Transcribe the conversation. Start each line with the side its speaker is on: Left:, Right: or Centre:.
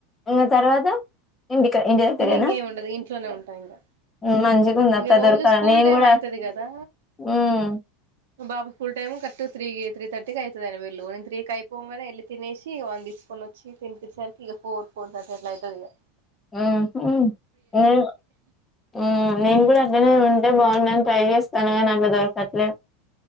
Left: ఇంకా తర్వాత ఇంటికి ఇంటి దగ్గరేనా
Right: ఇంగ ఇంగేమి ఉండదు ఇంట్లోనే ఉంటా ఇంగా.
Left: హ్మ్. మంచిగుంది
Right: ఇంగా
Left: అక్క
Right: రోజు
Left: దొరకాల
Right: స్కూల్
Left: నేను
Right: టైమ్
Left: కూడా
Right: అయితది కదా.
Left: హ్మ్
Right: బాబు ఫుల్ టైమ్ కరక్ట్ త్రీకి త్రీ ర్టీకి అయితది ఆయన బెల్లు. నేను త్రీకి అయిపోంగనే ఎళ్లి తినేసి వాన్ని తీస్ కొని వచ్చి తినిపిచ్చే సరికి ఇగ ఫోర్ ఫోర్ థర్టీ అట్లా అయితది ఇగా.
Left: హుహ్ నేను హ్ నేను కూడా <inaudible> ఉంటే బాగుండని ట్రై చేస్తాన కానీ అట్లా దొరకట్లేదు.